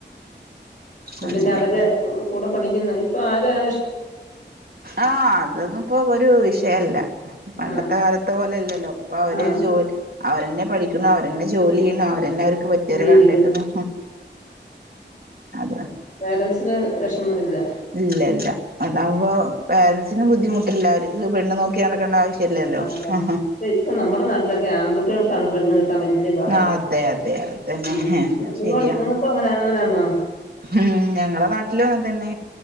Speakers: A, on the right (about 55°); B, on the left (about 45°).
A: അങ്ങനെ
B: പിന്നെ അവര് കൂടെ പഠിക്കുന്ന ഇപ്പൊ ആരും ആ
A: ആഹ് അതൊന്നും ഇപ്പൊ ഒരു വിഷയല്ല പണ്ടത്തെ
B: ആഹ്
A: കാലത്തെ പോലെല്ലല്ലോ ഇപ്പൊ അവര്
B: ആഹ്
A: ജോലി അവരെന്നെ പഠിക്കണ അവരെന്നെ ജോലി ചെയ്യുന്നു അവരെന്നെ അവർക്ക് പറ്റിയവരെ
B: ജീവിക്കുന്നു
A: കണ്ടെത്തുന്നു അതാ
B: പേരന്റ്സിന് വിഷമ ഇല്ല
A: ഇല്ല ഇല്ല അതാവുമ്പോ പേരൻസിനും ബുദ്ധിമുട്ടില്ല അവർ പെണ്ണ് നോക്കി നടക്കേണ്ട ആവശ്യ ഇല്ലല്ലോ
B: ആഹ് ആഹ്
A: ആ
B: ഇപ്പൊ നമ്മുടെ നാട്ടില ആൺകുട്ടികൾക്കാണ് പെണ്ണ് കിട്ടാൻ വലിയ പാട്
A: ആ അതെ അതെ അത് തന്നെ
B: ഉം ഇങ്ങൾക്കും
A: ശരിയാ
B: അങ്ങനെ അങ്ങനാണോ
A: ഉം ഞങ്ങളെ നാട്ടിലും ഇങ്ങനെ തന്നെ